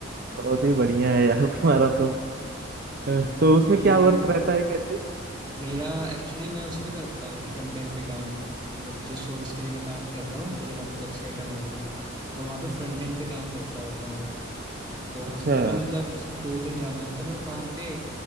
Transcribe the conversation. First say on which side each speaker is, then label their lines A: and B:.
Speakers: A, on the right (about 50°); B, on the right (about 25°).
A: बहुत ही बढ़िया है यार तुम्हारा तो अ,
B: अरे नहीं
A: तो उसमें
B: भाई ये
A: क्या
B: भी
A: वर्क रहता है कैसे
B: मेरा एक्चुअली मैं उस पे करता हूँ फ्रंट एंड पे काम मतलब जिस ऑफिस के लिए मैं काम कर रहा हूँ तो जो वेबसाइट है हमारी तो मैं वहाँ पे फ्रंट एंड पे काम करता होता हूँ तो
A: अच्छा
B: हफ्ते में मतलब सिर्फ दो दिन जाना होता है मेरे को काम पे